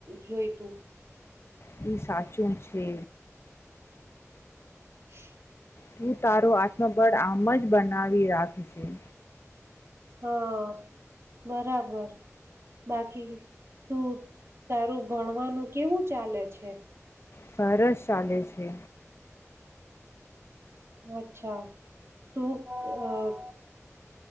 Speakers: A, on the right; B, on the left.
A: જોઈતું
B: નહી સાચું છે
A: હ
B: તું તારું આત્મબળ આમ જ બને બનાવી રાખજે
A: હા બરાબર બાકી તું તારું ભણવાનું કેવું ચાલે છે
B: સરસ ચાલે છે
A: અચ્છા તું અહ